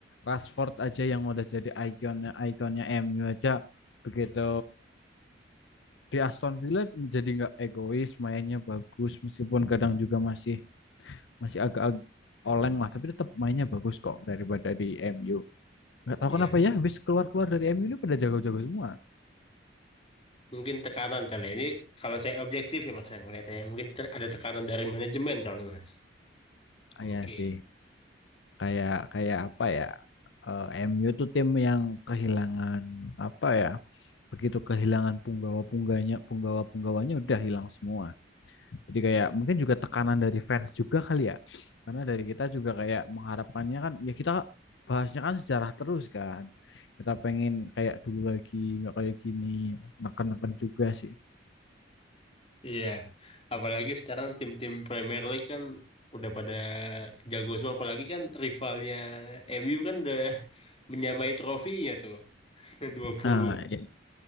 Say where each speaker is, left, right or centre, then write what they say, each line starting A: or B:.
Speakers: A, on the left; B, on the left.
A: Rashford aja yang udah jadi ikonnya ikonnya MU aja begitu di Aston Villa menjadi nggak egois, mainnya bagus meskipun kadang juga masih masih agak-agak oleng lah, tapi tetap mainnya bagus kok daripada di MU. Nggak tahu
B: Iya,
A: kenapa ya, habis keluar-keluar dari MU ini pada jago-jago semua.
B: mungkin tekanan kali ya. Ini kalau saya objektif ya Mas yang ngeliatnya, ya. mungkin ter- ada tekanan dari manajemen kali Mas. Mungkin.
A: Iya sih, kayak kayak apa ya? eh, MU tuh tim yang kehilangan apa ya? Begitu kehilangan punggawa-pungganya, punggawa-punggawanya udah hilang semua. Jadi kayak mungkin juga tekanan dari fans juga kali ya. Karena dari kita juga kayak mengharapkannya kan ya kita bahasnya kan sejarah terus kan. Kita pengen kayak dulu lagi nggak kayak gini, neken-neken juga sih.
B: Iya, apalagi sekarang tim-tim Premier League kan udah pada jago semua, apalagi kan rivalnya MU kan udah menyamai trofinya tuh <laughs> dua puluh
A: Nah, ya,